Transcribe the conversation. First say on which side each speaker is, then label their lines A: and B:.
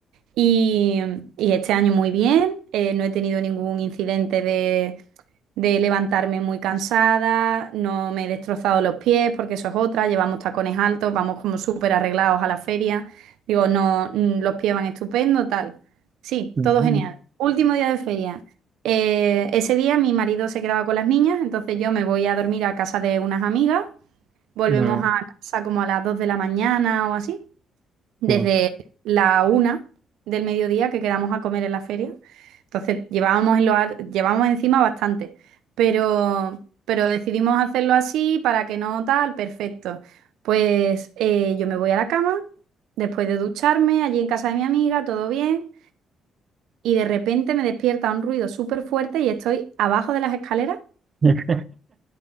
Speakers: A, on the right (about 85°); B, on the right (about 40°).
A: Y, y este año muy bien, eh, no he tenido ningún incidente de, de levantarme muy cansada, no me he destrozado los pies porque eso es otra, llevamos tacones altos, vamos como súper arreglados a la feria, digo, no, mm, los pies van estupendo, tal. Sí,
B: mm,
A: todo genial. Último día de feria. Eh, ese día mi marido se quedaba con las niñas, entonces yo me voy a dormir a casa de unas amigas, volvemos
B: mm,
A: a casa como a las 2 de la mañana o así desde
B: sí.
A: la una del mediodía que quedamos a comer en la feria. Entonces llevábamos, en los ar- llevábamos encima bastante, pero, pero decidimos hacerlo así para que no tal, perfecto. Pues eh, yo me voy a la cama, después de ducharme, allí en casa de mi amiga, todo bien, y de repente me despierta un ruido súper fuerte y estoy abajo de las escaleras.
B: <laughs>